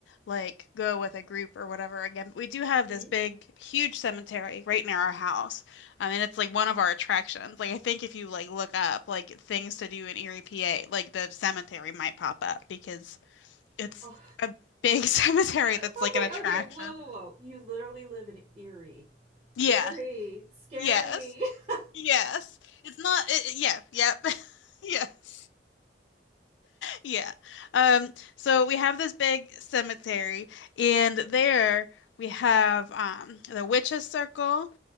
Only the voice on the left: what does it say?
like go with a group or whatever again. But we do have
this big, huge cemetery right near our house. I mean, it's like one of our attractions. Like I think if you like look up like things to do in Erie, PA, like the cemetery might pop up because it's
a big <laughs> cemetery
that's like
an attraction.
Yeah.
Yes.
Yes. It's not it, yeah, yep. <laughs> Yes. Yeah. Um, so we have this big cemetery, and there we have um, the witch's circle,